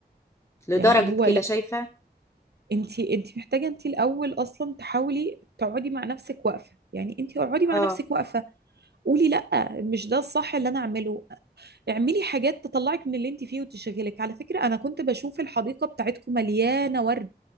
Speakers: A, on the left (about 15°); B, on the right (about 75°).
A: لدرجة
B: يعني هو
A: كده
B: لا
A: شايفة
B: انت انت محتاجه انت الاول اصلا تحاولي تقعدي مع نفسك واقفه يعني انت اقعدي مع
A: اه
B: نفسك واقفه قولي لا مش ده الصح اللي انا اعمله اعملي حاجات تطلعك من اللي انت فيه وتشغلك على فكرة انا كنت بشوف الحديقة بتاعتكم مليانة ورد